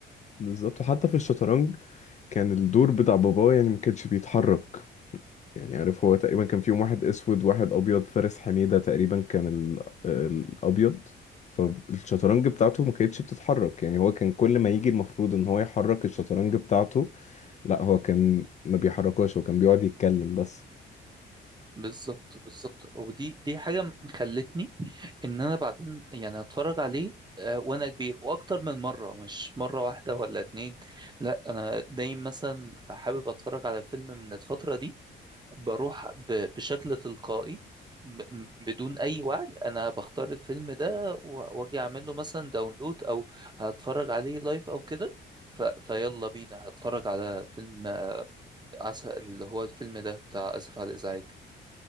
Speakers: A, on the left; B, on the right.
A: بالظبط وحتى في الشطرنج كان الدور بتاع باباه يعني ما كانش بيتحرك يعني عارف هو تقريبا كان فيهم واحد اسود واحد ابيض فارس حميدة تقريبا كان ال... الابيض فالشطرنج بتاعته ما كانتش بتتحرك يعني هو كان كل ما يجي المفروض ان هو يحرك الشطرنج بتاعته لا هو كان ما بيحركهاش هو كان بيقعد يتكلم بس
B: بالظبط بالظبط ودي دي حاجة خلتني ان انا بعدين يعني اتفرج عليه آه، وانا كبير واكتر من مره مش مره واحده ولا اتنين لا انا دايما مثلا حابب اتفرج على فيلم من الفتره دي بروح ب- بشكل تلقائي ب- م- بدون اي وعي انا بختار الفيلم ده و- واجي اعمل له مثلا داونلود او هتفرج عليه لايف او كده ف... فيلا بينا هتفرج على فيلم عسل اللي هو الفيلم ده بتاع اسف على الازعاج